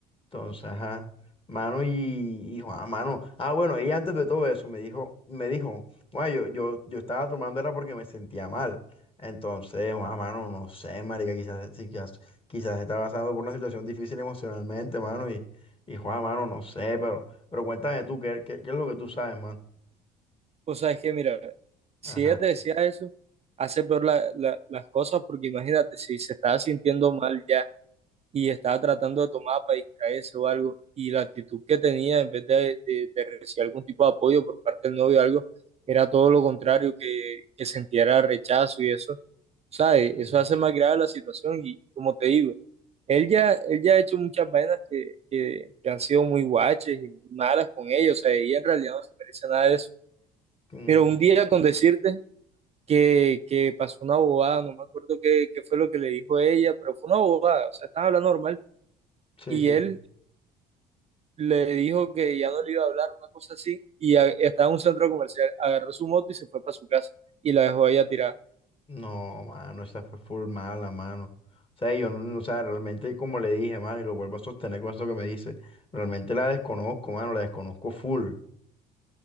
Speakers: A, on the left; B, on the right.
A: Entonces, ajá. Mano, y, y Juan, mano. Ah, bueno, ella antes de todo eso me dijo, me dijo, bueno, yo, yo, yo estaba tomando era porque me sentía mal. Entonces, Juan, mano, no sé, marica, quizás, si, quizás, quizás estaba pasando por una situación difícil emocionalmente, mano. Y y Juan, mano, no sé, pero, pero cuéntame tú, ¿qué, qué, qué es lo que tú sabes, mano?
B: O sea, es que mira, si
A: Ajá.
B: ella te decía eso, hace peor la- la- las cosas porque imagínate, si se estaba sintiendo mal ya y estaba tratando de tomar para distraerse o algo, y la actitud que tenía en vez de, de- de recibir algún tipo de apoyo por parte del novio o algo, era todo lo contrario, que, que sintiera rechazo y eso, ¿sabes?
A: Sí.
B: Eso hace más grave la situación y, y como te digo, él ya, él ya ha hecho muchas vainas que, que, que han sido muy guaches y muy malas con ella, o sea, ella en realidad no se merece nada de eso.
A: Mm,
B: Pero un día con decirte que, que pasó una bobada, no me acuerdo qué, qué fue lo que le dijo ella, pero fue una bobada, o sea, estaban hablando normal
A: sí,
B: y
A: sí.
B: él le dijo que ya no le iba a hablar, una cosa así, y a- estaba en un centro comercial, agarró su moto y se fue para su casa y la dejó a ella tirada.
A: No, mano, esa fue full mala, mano. O sea, yo, no- o sea, realmente, como le dije, mano, y lo vuelvo a sostener con esto que me dice, realmente la desconozco, mano, la desconozco full.